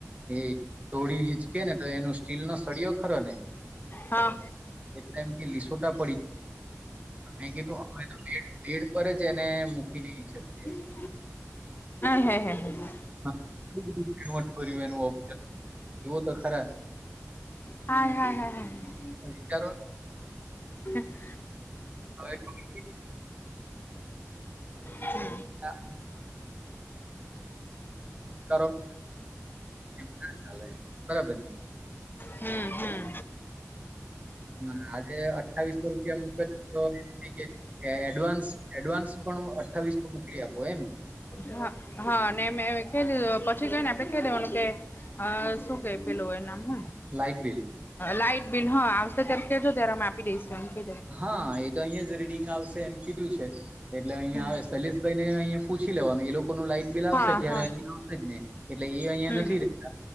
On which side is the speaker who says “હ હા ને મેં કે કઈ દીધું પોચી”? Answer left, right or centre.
Left